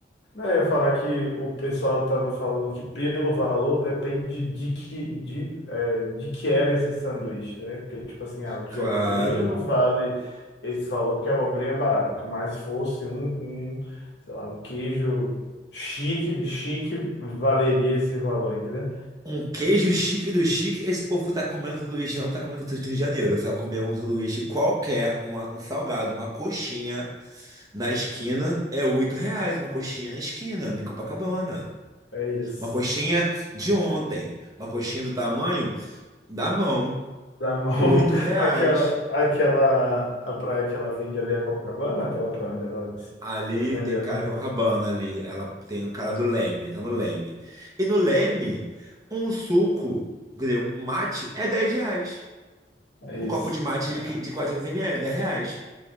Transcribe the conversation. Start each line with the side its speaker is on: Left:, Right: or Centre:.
Left: Não, eu ia falar que o pessoal estava falando que pelo valor depende de que, de, é, de que era esse sanduíche, né? Porque, tipo assim, ah, o de
Right: Claro.
Left: abobrinha não vale esse valor porque a abobrinha é barato, mas se fosse um com, sei lá, um queijo chique, de chique, valeria esse valor, entendeu?
Right: Um queijo chique do chique. Esse povo tá comendo sanduíche, não tá comendo sanduíche do Rio de Janeiro. Você vai comer um sanduíche qualquer, uma- um salgado, uma coxinha. Na esquina é oito reais uma coxinha na esquina, em Copacabana.
Left: É isso.
Right: Uma coxinha de ontem, uma coxinha do tamanho da mão,
Left: Da mão, <laughs>
Right: oito reais.
Left: aquela, aquela, a praia que ela vende ali é Copacabana, aquela praia onde elas,
Right: Ali
Left: elas venderam,
Right: tem cara
Left: né?
Right: de Copacabana ali, ela tem o cara do Leme, tá no Leme. E no Leme, um suco, quer dizer, um mate é dez reais.
Left: É
Right: Um
Left: isso.
Right: copo de mate
Left: É.
Right: de, qui- de 400 ml, dez reais.